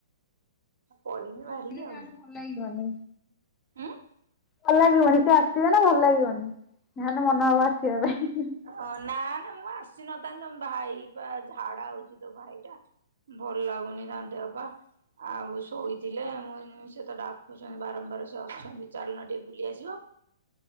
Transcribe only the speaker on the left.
ଆସିଥିଲେ ଯାହେନେ
ଭଲ ଲାଗିବନି।
ଭଲ ଲାଗିବନି ସେ ଆସିବେନା ଭଲ ଲାଗିବନି ଯାହାହେନେ ମନ ହବ ଆସିବା ପାଇଁ ହୁ।